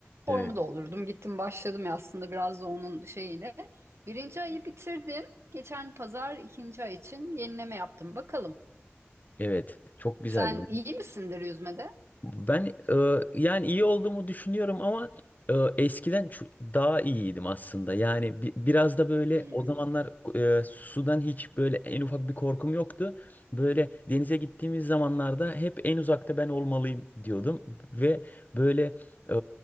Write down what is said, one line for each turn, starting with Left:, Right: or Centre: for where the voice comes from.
Right: Formu
Left: Evet.
Right: doldurdum gittim başladım ya aslında biraz da onun şeyiyle. Birinci ayı bitirdim. Geçen pazar ikinci ay için yenileme yaptım. Bakalım.
Left: Evet. Çok güzel
Right: Sen
Left: ya.
Right: iyi misindir yüzmede?
Left: Ben e, yani iyi olduğumu düşünüyorum ama e, eskiden ço- daha iyiydim aslında. Yani bi- biraz da böyle
Right: Hmm.
Left: o zamanlar e, sudan hiç böyle en ufak bir korkum yoktu. Böyle denize gittiğimiz zamanlarda hep en uzakta ben olmalıyım diyordum ve böyle e,